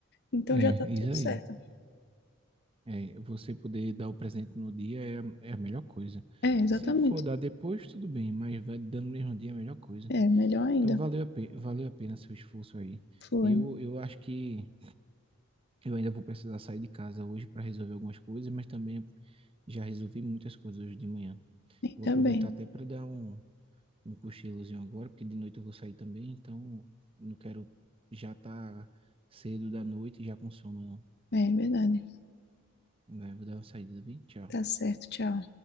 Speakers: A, on the left; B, on the right.
A: Então
B: É,
A: já está tudo
B: isso aí.
A: certo.
B: É, você poder dar o presente no dia é, a- é a melhor coisa.
A: É, exatamente.
B: Se for dar depois, tudo bem, mas vai dando no mesmo dia é a melhor coisa.
A: É, melhor ainda.
B: Então valeu a, pe- valeu a pena seu esforço aí.
A: Foi.
B: Eu, eu acho que eu ainda vou precisar sair de casa hoje para resolver algumas coisas, mas também Já resolvi muitas coisas hoje de manhã.
A: Ainda
B: Vou aproveitar
A: bem.
B: até para dar um, um cochilozinho agora, porque de noite eu vou sair também, então não quero já estar cedo da noite e já com sono,
A: É, é verdade.
B: não. Né? Vou dar uma saída, viu? Tchau.
A: Tá certo. Tchau.